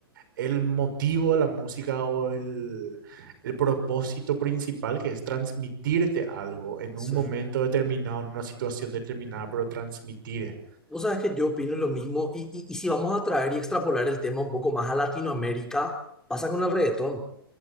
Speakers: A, on the right; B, in the centre.
A: el motivo de la música o el, el propósito principal, que es transmitirte algo en
B: sí.
A: un momento determinado, en una situación determinada, pero transmitir.
B: Vos sabés que yo opino lo mismo y, y- y si vamos a traer y extrapolar el tema un poco más a Latinoamérica, pasa con el reggaetón.